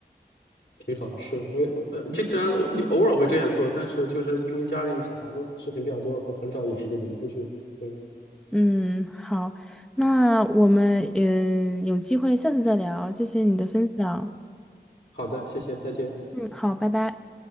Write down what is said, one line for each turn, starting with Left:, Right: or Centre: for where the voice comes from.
Left: 挺好，是我也我呃，经常我偶尔会这样做，但是就是因为家里小孩子事情比较多，很很少有时间能出去。嗯，
Centre: 嗯好，那我们嗯有机会下次再聊，谢谢你的分享，
Left: 好的，谢谢，再见。
Centre: 嗯好，拜拜。